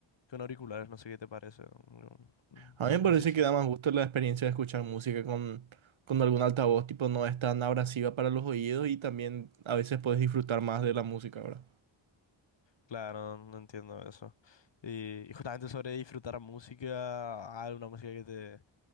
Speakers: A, on the left; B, on the right.
A: Con auriculares, no sé qué te parece. un- un-
B: A
A: Una
B: mí me
A: precisión.
B: parece que da más gusto la experiencia de escuchar música con, con algún altavoz, tipo no es tan abrasiva para los oídos y también a veces puedes disfrutar más de la música, ¿verdad?
A: Claro, no entiendo eso. Y, y justamente sobre disfrutar música, alguna música que te,